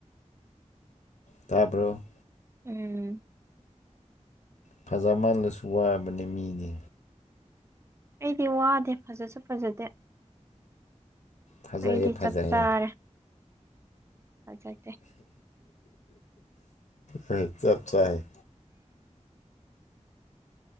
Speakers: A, on the left; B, on the right.
A: ꯇꯥꯕ꯭ꯔꯣ
B: ꯎꯝ
A: ꯐꯖ ꯃꯥꯜꯂꯁꯨ ꯋꯥꯕꯅꯦ ꯃꯤꯗꯤ
B: ꯑꯩꯗꯤ ꯋꯥꯗꯦ ꯐꯖꯁꯨ ꯐꯖꯗꯦ
A: ꯐꯖꯩꯌꯦ
B: ꯑꯩꯗꯤ
A: ꯐꯖꯩꯌꯦ
B: ꯆꯞ ꯆꯥꯔꯦ ꯐꯖꯗꯦ
A: ꯍꯣꯢ ꯆꯞ ꯆꯥꯔꯦ